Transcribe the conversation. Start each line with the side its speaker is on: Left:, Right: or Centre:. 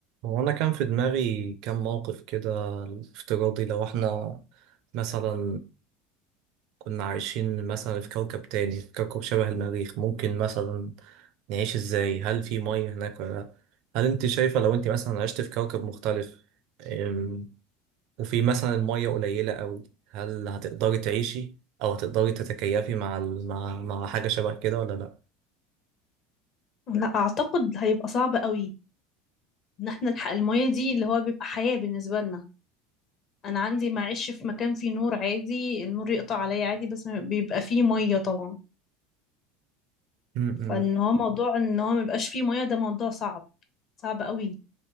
Right: هو أنا كان في دماغي كام موقف كده افتراضي لو احنا مثلا كنا عايشين مثلا في كوكب تاني في كوكب شبه المريخ ممكن مثلا نعيش ازاي هل في مية هناك ولا لأ هل انت شايفة لو انت مثلا عشت في كوكب مختلف أم، وفي مثلا المية قليلة أوي هل هتقدري تعيشي أو هتقدري تتكيفي مع ال- مع مع حاجة شبه كده ولا لأ؟
Left: لا اعتقد هيبقى صعب قوي ان احنا نلحق المية دي اللي هو بيبقى حياة بالنسبة لنا انا عندي معيش في مكان فيه نور عادي النور يقطع عليا عادي بس ما بيبقى فيه مية طبعا
Right: م-
Left: فان
Right: م.
Left: هو موضوع ان هو مبقاش فيه مية ده موضوع صعب صعب قوي